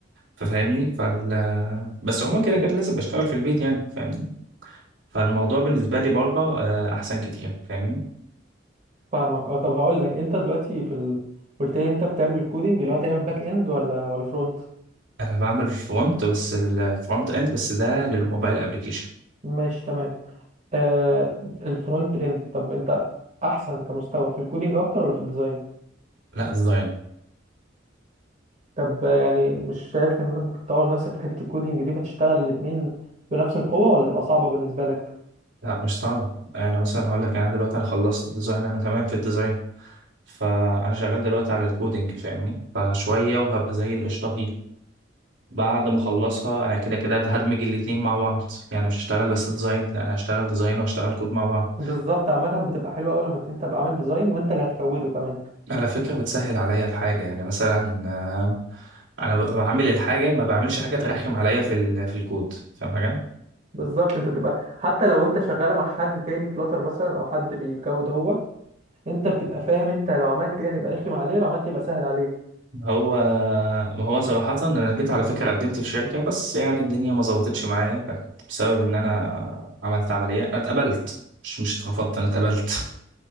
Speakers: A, on the right; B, on the right.
A: ففاهمني فال بس عموما كده كده لازم بشتغل في البيت يعني فاهمني فالموضوع بالنسبة لي بره آه، أحسن كتير فاهمني
B: فاهمك اه طب هقول لك انت دلوقتي في ال... قلت لي انت بتعمل كودينج اللي هو تقريبا باك اند ولا ولا فرونت
A: أنا بعمل فرونت بس الفرونت إند بس ده للموبايل أبلكيشن
B: ماشي تمام آه الفرونت اند طب انت احسن كمستوى في الكودينج اكتر ولا في الديزاين
A: لا ديزاين
B: طب آه، يعني مش شايف ان انت ممكن تطور نفسك في حته الكودينج دي فتشتغل الاتنين بنفس القوه ولا تبقى صعبه بالنسبه لك
A: لا مش صعبة أنا مثلا هقول لك يعني أنا دلوقتي أنا خلصت ديزاين أنا تمام في الديزاين فأنا شغال دلوقتي على الكودينج فاهمني فشوية وهبقى زي القشطة فيها بعد ما اخلصها انا كده كده هدمج الاتنين مع بعض يعني مش هشتغل بس ديزاين لا انا هشتغل ديزاين وهشتغل كود مع بعض
B: بالظبط عامه بتبقى حلوه قوي لما انت تبقى عامل ديزاين وانت اللي هتكوده كمان
A: على فكرة بتسهل عليا في حاجة يعني مثلا آه، انا ب- بعمل الحاجة ما بعملش حاجة ترخم عليا في ال- في الكود فاهم حاجة
B: بالظبط انت تبقى حتى لو انت شغاله مع حد تاني فلاتر مثلا او حد بيكود هو انت بتبقى فاهم انت لو عملت ايه هيبقى رخم عليه ولو عملت ايه يبقى سهل عليه
A: هو ما هو صراحة انا جيت على فكرة قدمت في شركة بس يعني الدنيا ما ظبطتش معايا كانت بسبب ان انا عملت عملية انا اتقبلت مش مش اترفضت انا اتقبلت